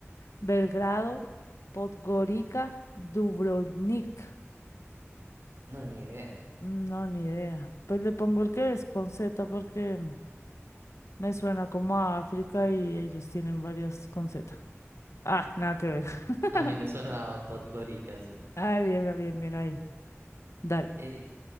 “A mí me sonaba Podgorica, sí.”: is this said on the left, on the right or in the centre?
Right